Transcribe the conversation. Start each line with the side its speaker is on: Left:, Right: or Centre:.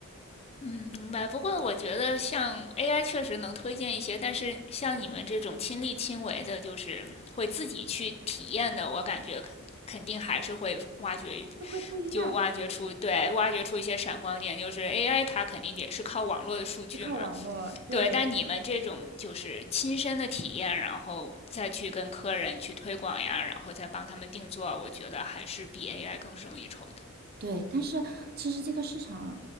Left: 嗯，明白。不过我觉得像 AI 确实能推荐一些，但是像你们这种亲力亲为的，就是会自己去体验的，我感觉肯肯定还是会挖掘，
Right: 就会不一样，
Left: 就挖掘出，对，挖掘出一些闪光点。就是 AI 它肯定也是靠网络的数据嘛，
Right: 就靠网络，对。
Left: 对。但你们这种就是亲身的体验，然后再去跟客人去推广呀，然后再帮他们定做，我觉得还是比 AI 更胜一筹的。
Right: 对，但是其实这个市场